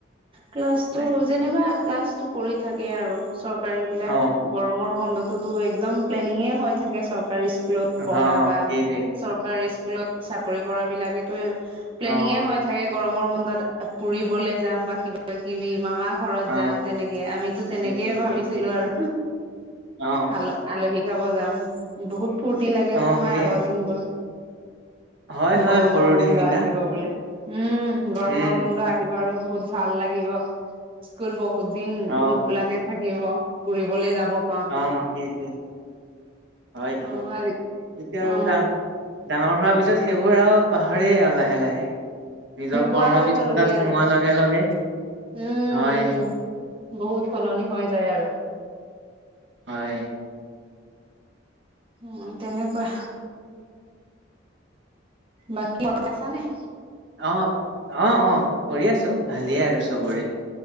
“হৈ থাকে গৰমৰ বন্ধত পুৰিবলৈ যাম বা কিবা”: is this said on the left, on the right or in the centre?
Right